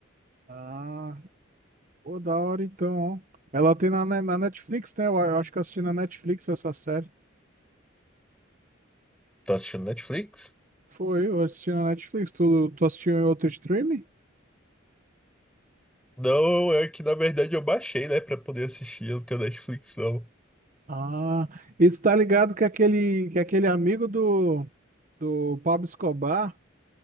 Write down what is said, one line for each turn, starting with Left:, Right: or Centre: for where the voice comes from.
Right: Ah, pô, da hora então. ó. Ela tem na, ne- na Netflix, né? Eu, eu acho que eu assisti na Netflix essa série.
Centre: Tô assistindo Netflix?
Right: Foi, eu assisti na Netflix. Tu, tu assistiu em outro streaming?
Centre: Não, é que na verdade eu baixei, né, pra poder assistir, eu não tenho Netflix não.
Right: Ah, e tu tá ligado que aquele, que aquele amigo do. O Pablo Escobar,